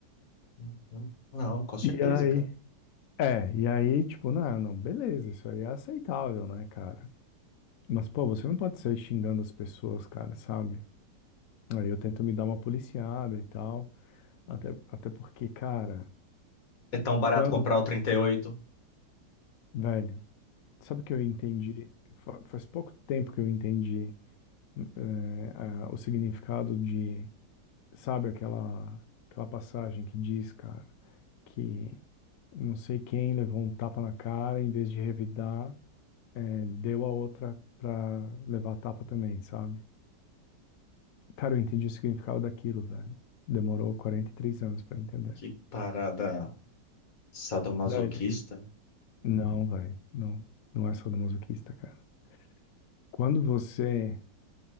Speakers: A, on the left (about 50°); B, on the left (about 75°).
A: Uhum. Não, com certeza,
B: E aí?
A: cara.
B: É, e aí, tipo, não, não, beleza, isso aí é aceitável, né, cara? Mas, pô, você não pode sair xingando as pessoas, cara, sabe? Aí eu tento me dar uma policiada e tal. Até, até porque, cara,
A: É tão barato
B: quando,
A: comprar o 38.
B: velho, sabe o que eu entendi? Fa- Faz pouco tempo que eu entendi eh, a- o significado de, sabe, aquela, aquela passagem que diz, cara, que não sei quem levou um tapa na cara, em vez de revidar, eh, deu a outra pra levar a tapa também, sabe? Cara, eu entendi o significado daquilo, velho. Demorou 43 anos pra entender.
A: Que parada sadomasoquista.
B: Velho, não, velho. Não, não é sadomasoquista, cara. Quando você